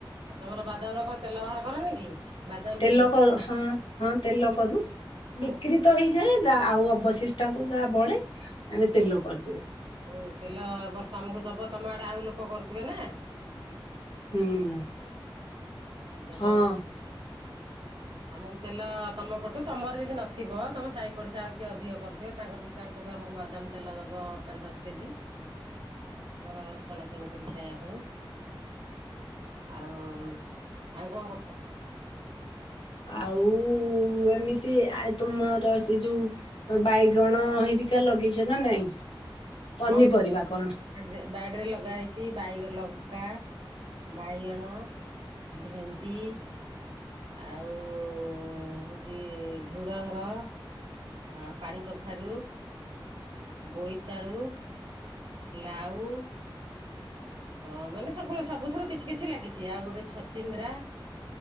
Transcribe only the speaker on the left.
ତେଲ
କରୁ ହଁ ହଁ ତେଲ କରୁ,
ବିକ୍ରି ହେଇଯାଏ, ଆଉ ଅବଶିଷ୍ଟାନସ ଯାହା ବଳେ ଆମେ ତେଲ କରିଦଉ।
ହୁଁ।
ହଁ
ଆଉ ଏମିତି ଆ ତମର ସେ ଯୋଉ ବାଇଗଣ ହେରିକା ଲଗେଇଛ ନା ନାଇଁ? ପନିପରିବା
କଣ?